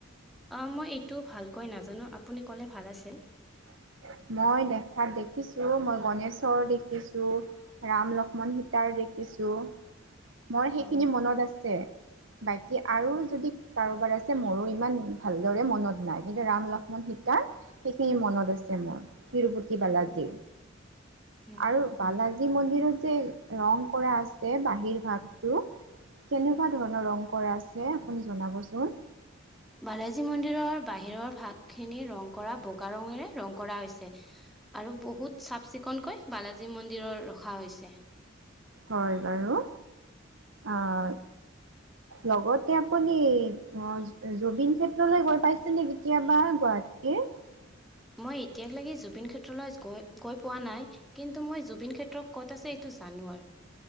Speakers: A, in the centre; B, on the right.
A: অ মই এইটো ভালকৈ নাজানো, আপুনি ক'লে ভাল আছিল।
B: <unintelligible> মই দেখাত দেখিছোঁ মই গণেশৰ দেখিছোঁ, ৰাম, লক্ষ্মণ, সীতাৰ দেখি চো, মই সেইখিনি
A: অ
B: মনত আছে। বাকী আৰু যদি কাৰোবাৰ আছে মোৰো ইমান ভালদৰে মনত নাই, কিন্তু ৰাম লক্ষ্মণ সী তাৰ সেইখিনি মনত আছে মোৰ তিৰুপতি বালাজীৰ
A: উম
B: আৰু বালাজী মন্ মন্দিৰত বাহিৰত যে ৰং কৰা আছে, বাহিৰ ভাগটো কেনেকুৱা ধৰণৰ ৰং কৰা আছে আপুনি জনাবচোন?
A: বালাজী মন্দিৰৰ বাহিৰৰ ভাগখিনি ৰং কৰা বগা ৰঙৰে ৰং কৰা হৈছে আৰু বহুত চাফ চিকুণকৈ বালাজী মন্দিৰৰ ৰখা হৈছে।
B: হয় বাৰু আঁ লগতে আপুনি অ জুবিন ক্ষেত্ৰলৈ গৈ পাইছে নে কেতিয়াবা, গোৱা তাকে <unintelligible>
A: মই এতিয়ালেকে জুবিন ক্ষেত্ৰলৈ গৈ-গৈ পোৱা নাই, কিন্তু মই জুবিন ক্ষেত্ৰত ক'ত আছে এইটো জানো আৰু।